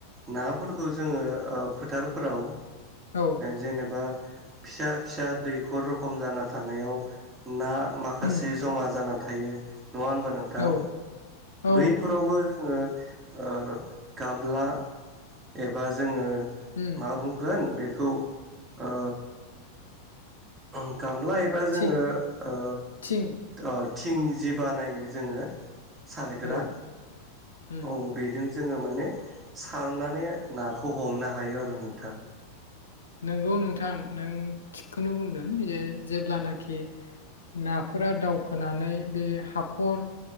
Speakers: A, on the right; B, on the left.
A: नाफोरखौ जोङो ओ फोथारफोराव
B: औ
A: जेनेबा फिसा फिसा दैखर रखम जाना थानायाव ना माखासे
B: उम
A: जमा जाना थायो। नङा होनबा नोंथां
B: औ औ
A: बैफोरावबो ओ ओ गामला एबा जोङो
B: उम
A: मा बुंगोन बे बेखौ ओ ओम गामला एबा
B: थिं
A: जोङो ओ
B: थिं
A: ओ थिंनि जि बानायो जोङो सारग्रा
B: औ उम
A: औ बेजों जोङो माने सारनानै नाखौ हमनो हायो आरो नोंथां
B: नंगौ नोंथां नों थिगखौनो बुंदों जे जेब्लानाखि नाफोरा दावखोनानै बे हाखर